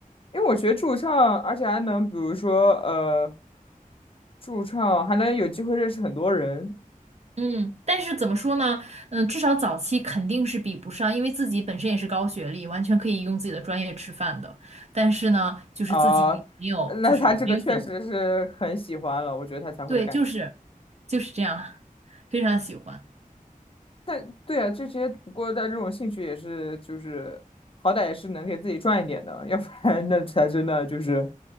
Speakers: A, on the left; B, on the right.
A: 因为我学驻唱，而且还能，比如说，呃，驻唱还能有机会认识很多人
B: 嗯，但是怎么说呢？嗯，至少早期肯定是比不上，因为自己本身也是高学历，完全可以用自己的专业吃饭的。但是呢，就是自己没有，
A: 啊，那他这个确实是很喜欢了，
B: 就是没有选择。
A: 我觉得他才会干。
B: 对，就是就是这样，非常喜欢。
A: 但对啊，这些不过在这种兴趣也是就是好歹也是能给自己赚一点的，要不然那才真的就是